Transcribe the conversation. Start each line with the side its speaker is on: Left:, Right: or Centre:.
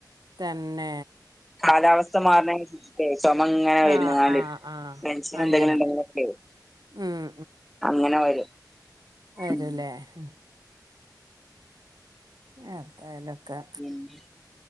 Right: തെന്നേ
Centre: കാലാവസ്ഥ മാറ്ണേന് അൻസരിച് ക്കെയ് ചൊമ ഇങ്ങനെ വെര്ന്ന്ങ്ങാണ്ടിരിക്കും
Right: ആഹ് ആഹ് ആഹ്
Centre: ടെൻഷനെന്തെങ്കിലും
Right: അങ്ങനെ
Centre: ഇന്ടെങ്കിലൊക്കെയ്
Right: ഉം
Centre: അങ്ങനെ വരും
Right: വരും
Centre: ഉം
Right: ല്ലേ ഉം എത്തായാലൊക്കെ
Centre: പിന്നെ